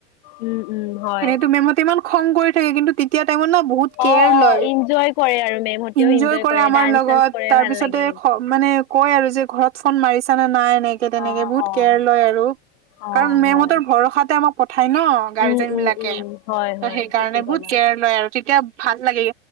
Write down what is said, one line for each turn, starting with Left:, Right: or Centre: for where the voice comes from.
Left: উম উম হয়
Right: এনেই টো মেমহতে ইমান খং কৰি থাকে, কিন্তু তেতিয়া টাইমত না বহুত কেয়াৰ
Left: অঁ অঁ
Right: লয়।
Left: ইনজয় কৰে আৰু মেমহঁতেও
Right: এনজয়
Left: ইনজয়
Right: কৰে আমাৰ
Left: ডান্স
Right: লগত,
Left: চান্স কৰে
Right: তাৰ
Left: ভাল
Right: পিছতে
Left: লাগে
Right: <unintelligible>
Left: কিন্তু
Right: মানে কয় আৰু যে, ঘৰত ফোন মাৰিছা নে নাই? এনেকে-তেনেকে
Left: অ', অ',
Right: বহুত কেয়াৰ লয় আৰু।
Left: অ',
Right: কাৰণ মেমহতৰ
Left: হয়।
Right: ভৰসাতে আমাক পঠায় ন, গাৰ্জেন
Left: উম, উম,
Right: বিলাকে।
Left: উম, হয়,
Right: ত',
Left: হয়,
Right: সেইকাৰণে
Left: ঠিকে ক'লা।
Right: বহুত কেয়াৰ লয় আৰু, তেতিয়া ভাল লাগে।